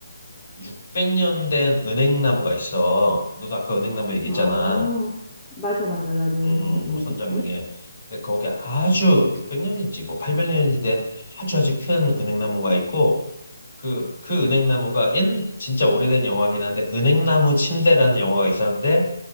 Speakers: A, on the left; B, on the left.
A: 600년 된 은행나무가 있어. 너도 아까 은행나무 얘기했잖아.
B: 어, 맞아, 맞아. 나도
A: 음,
B: 은행맥이지.
A: 음, 선장릉에. 근데 거기 아주 600년인지 뭐 800년인지 된 아주 아주 큰 은행나무가 있고 그, 그 은행나무가 옛, 진짜 오래된 영화긴 한데, 은행나무 침대라는 영화가 있었는데,